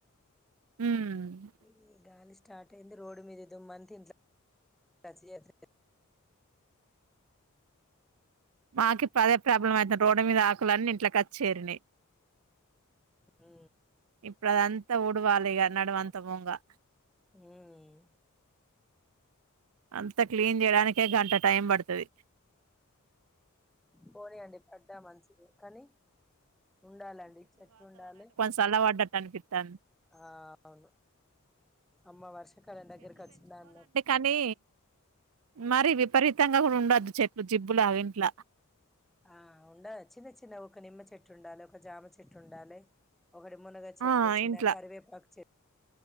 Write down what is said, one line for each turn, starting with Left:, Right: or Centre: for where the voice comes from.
Right: ఉమ్.
Centre: ఈ గాలి స్టార్ట్ అయింది రోడ్ మీదేదో మంతిన్ జా. పచ్చి ఏయద్దు.
Right: మాకి పదే ప్రాబ్లమ్ అవుతంది రోడ్డు మీద ఆకులన్నీ ఇంట్లక్కాచ్చేరినై.
Centre: హు.
Right: ఇప్పుడదంతా ఉడువాలే ఇగ నడుమంతా బోంగా.
Centre: హ్మ్.
Right: అంత క్లీన్ జేయడానికే గంట టైం బడతది.
Centre: పోనీ అండి పడ్డా మంచిదే కనీ. ఉండాలండి చెట్లుండాలే.
Right: సన్న వాడ్డటనిపిత్తంది.
Centre: ఆ అవును అమ్మ వర్షాకాలం దగ్గరకచ్చిందా అన్న.
Right: అనీ. మరి విపరీతంగా గూడా ఉండద్దు చెట్లు జిబ్బు లాగా ఇంట్ల.
Centre: ఆ ఉండ చిన్న చిన్న ఒక నిమ్మ చెట్లు ఉండాలే ఒక జామ చెట్లు ఉండాలే. ఒకటి మునగ చెట్టు
Right: ఆ!
Centre: చిన్నగ
Right: ఇంట్ల
Centre: కరివేపాకు చె.